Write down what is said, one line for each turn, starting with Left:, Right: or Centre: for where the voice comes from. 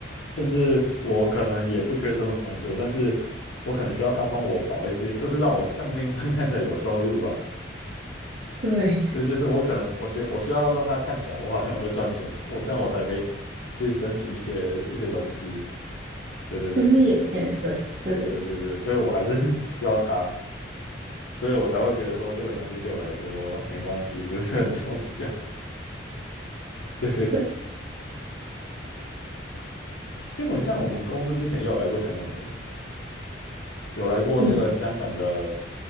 Left: 甚至我可能也不缺这份工作，但是我可能需要他帮我保一些，就是让我账面上 <laughs> 看起来有收入啊。
Right: 对，
Left: 这就是我可能我需我需要让他看起来我好像有在赚钱，我这样我才可以去申请一些一些东西。对对对
Right: 这是也也对，对对
Left: 对对对对，所以我还是 <laughs> 需要他，所以我才会觉得说这个东西对我来说没关系，
Right: 对
Left: 不是很重要。<laughs> 对，
Right: 对。
Left: 因为我像我们公司之前也有来过香港人，有来过那个香港的，
Right: 你。